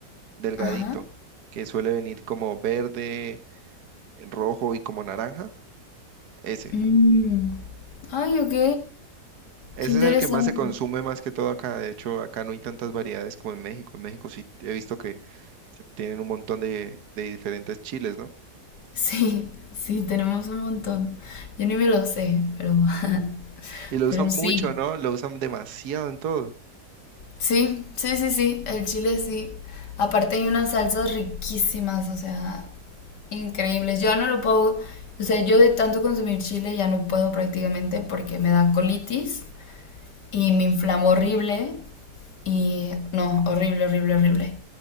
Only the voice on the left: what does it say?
Ajá.
Mm. Ay, ok.
Qué interesante.
<laughs>
Sí, sí, tenemos un montón. Yo ni me lo sé, pero, <laughs>
pero sí.
Sí, sí, sí, sí. El chile sí. Aparte hay unas salsas riquísimas, o sea, increíbles. Yo no lo puedo, o sea, yo de tanto consumir chile ya no puedo prácticamente porque me da colitis. y me inflamó horrible y no, horrible, horrible, horrible.